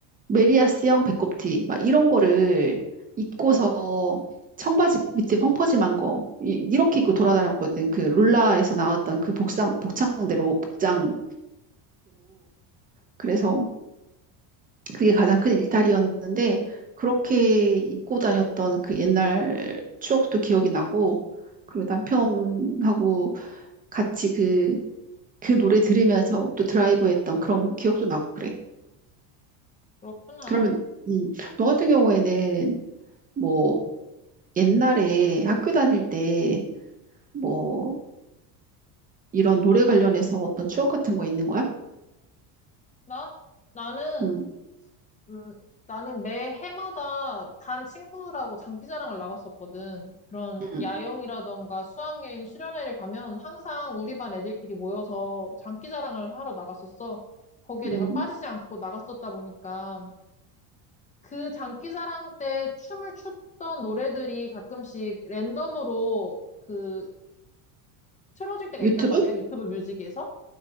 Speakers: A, on the right (about 20°); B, on the left (about 15°).
A: 메리야스형 배꼽티 막 이런 거를 입고서 청바지 밑에 펑퍼짐한 거 이, 이렇게 입고 돌아다녔거든. 그 룰라에서 나왔던 그 복상 복장대로 복장대로 그래서 그게 가장 큰 일탈이었는데 그렇게 입고 다녔던 그 옛날 추억도 기억이 나고 그리고 남편하고 같이 그, 그 노래 들으면서 또 드라이브 했던 그런 기억도 나고 그래.
B: 그렇구나.
A: 그러면 음, 너 같은 경우에는 뭐 옛날에 학교 다닐 때 뭐 이런 노래 관련해서 어떤 추억 같은 거 있는 거야?
B: 나? 나는
A: 음,
B: 음, 나는 매 해마다 반 친구들하고 장기자랑을 나갔었거든. 그런
A: 음,
B: 야영이라던가 수학여행, 수련회를 가면 항상 우리 반 애들끼리 모여서 장기자랑을 하러 나갔었어. 거기에
A: 음.
B: 내가 빠지지 않고 나갔었다 보니까 그 장기자랑 때 춤을 췄던 노래들이 가끔씩 랜덤으로 그 틀어질 때가
A: 유튜브?
B: 있단 말이야. 유튜브 뮤직에서.